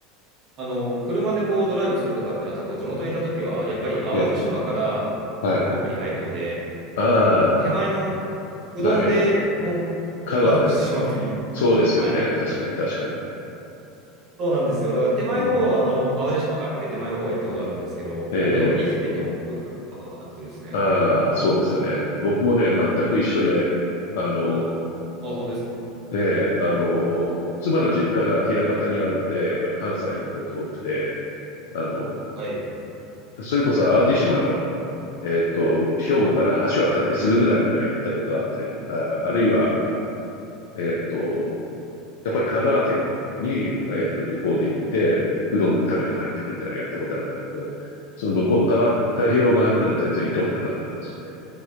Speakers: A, on the right (about 40°); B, on the left (about 60°).
A: あの、車でこうドライブするとかってなったら、こう、地元にいた時は、やっぱり淡路島から
B: ええ、はい。
A: 四国に入るので、
B: あ
A: その手前のうどんでもうちょっと満足してしまうといい。
B: あ、はい。香川ですね。
A: <laughs>
B: そうですよね。
A: はい。
B: 確かに、確かに。
A: そうなんですよ。だから手前の方は、
B: うん。
A: あの、淡路島から見て手前の方は行ったことあるんですけど、
B: ええ、
A: 奥の愛媛と行ったことがなくてですね。
B: ええああ、そうですよね。僕もね、全く一緒で、あの、
A: あ、本当ですか。
B: ねえ、あの、妻の実家が枚方にあるので、やっぱり関西行くこと多くて、あの、
A: はい。
B: それこそ淡路島のえっと、兵庫から橋渡ってすぐぐらいまでは行ったことがあったりとか、あるいは、えっと、やっぱり香川県に、えっと、旅行で行って、うどん食べて帰ってくるみたいなのやったことあるんだけど、その向こう側、太平洋側っていうのは全然行ったことなかったんですよね。